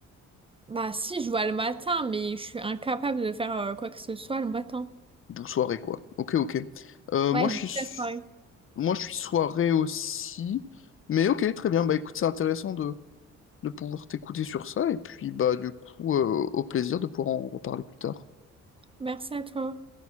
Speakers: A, on the right (about 20°); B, on the left (about 45°).
A: Bah si, je vois le matin, mais je suis incapable de faire euh, quoi que ce soit le matin.
B: D'où soirée, quoi. Ok, ok. Euh,
A: Ouais,
B: moi, je
A: toute
B: suis,
A: la soirée.
B: moi, je suis soirée aussi. Mais ok, très bien. Bah écoute, c'est intéressant de de pouvoir t'écouter sur ça. Et puis, bah, du coup, euh, au plaisir de pouvoir en reparler plus tard.
A: Merci à toi.